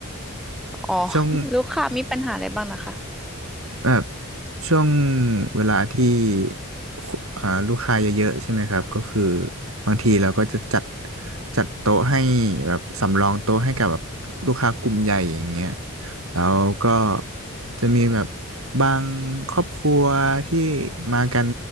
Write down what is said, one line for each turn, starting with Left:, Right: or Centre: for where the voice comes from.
Centre: อ๋อ
Right: ช่วง
Centre: ลูกค้ามีปัญหาอะไรบ้างนะคะ
Right: แบบช่วงเวลาที่คุอ่าลูกค้าเยอะๆใช่ไหมครับก็คือบางทีเราก็จะจัดจัดโต๊ะให้แบบสำรองโต๊ะให้กับแบบลูกค้ากลุ่มใหญ่อย่างเงี้ยแล้วก็จะมีแบบบางครอบครัวที่มากัน